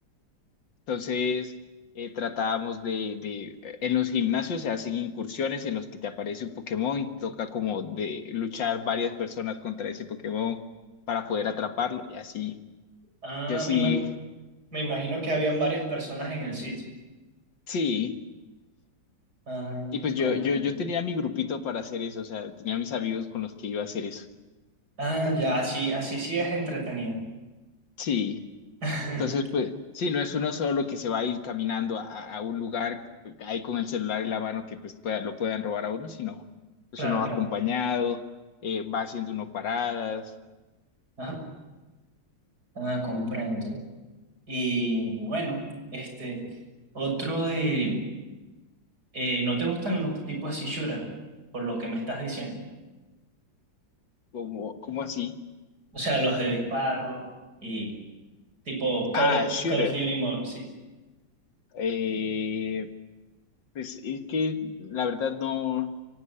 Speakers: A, on the left; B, on the right.
A: entonces eh, tratábamos de, de, eh, en los gimnasios se hacen incursiones en los que te aparece un Pokémon y toca como de luchar varias personas contra ese Pokémon para poder atraparlo y así.
B: Ah,
A: Yo sí,
B: y me, me imagino que habían varias personas en el sitio.
A: sí.
B: Ah,
A: Y pues
B: comprendo.
A: yo, yo, yo tenía mi grupito para hacer eso, o sea, tenía mis amigos con los que iba a hacer eso.
B: Ah, ya, así, así sí es entretenido.
A: Sí.
B: <laughs>
A: Entonces, pues, sí, no es uno solo que se va a ir caminando a, a- a un lugar ahí con el celular en la mano que pues pueda- lo puedan robar a uno, sino pues
B: Claro,
A: uno va
B: claro.
A: acompañado, eh, va haciendo uno paradas,
B: Ajá. Ah, comprendo. Y bueno, este, otro de, eh, ¿no te gustan los tipos así shooter? Por lo que me estás diciendo.
A: como, como así.
B: O sea, los de disparo y tipo Call
A: Ah,
B: of,
A: shooter.
B: Call of Duty Mobile, sí.
A: Eh, pues es que la verdad no,